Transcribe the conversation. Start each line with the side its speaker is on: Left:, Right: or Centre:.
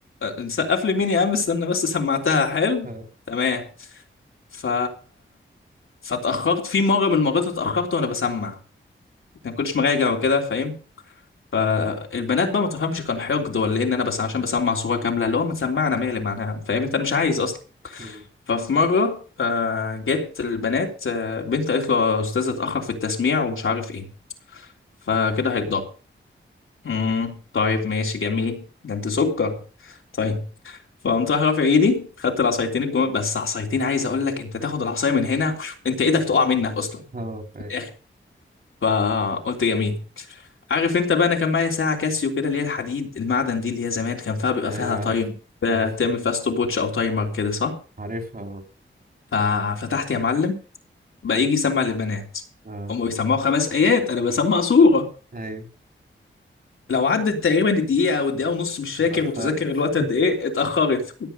Left: نسقف لي مين يا عم استنى بس سمعتها حلو
Right: اه
Left: تمام ف فاتاخرت في مره من المرات اتاخرت وانا بسمع ما كنتش مراجع وكده فاهم فالبنات بقى ما تفهمش كان حقد ولا ايه ان انا بس عشان بسمع صوره كامله اللي هو ما تسمعنا مالي معناها فاهم انت مش عايز
Right: أيوه.
Left: ففي مرة آه، جت البنات آه، بنت قالت له يا أستاذ اتأخر في التسميع ومش عارف إيه فكده هيتضرب امم طيب ماشي جميل ده أنت سكر طيب فقمت راح رافع إيدي خدت العصايتين الجمل بس عصايتين عايز أقول لك أنت تاخد العصاية من هنا وش- أنت إيدك تقع منك أصلا
Right: اه فاهم
Left: في الآخر فقلت جميل عارف أنت بقى أنا كان معايا ساعة كاسيو كده اللي هي الحديد المعدن دي اللي هي زمان كان فيها بيبقى
Right: ايوه
Left: فيها
Right: عارف
Left: تايم ب-
Right: عارفها
Left: تعمل فيها ستوب ووتش أو تايمر كده صح
Right: عارفها اه
Left: ففتحت يا معلم بقى يجي يسمع للبنات
Right: آه.
Left: هم بيسمعوا خمس ايات انا بسمع سوره
Right: ايوه
Left: لو عدت تقريبا الدقيقه او الدقيقه ونص مش فاكر
Right: اتأخرت
Left: متذكر الوقت
Right: <laughs>
Left: قد ايه اتاخرت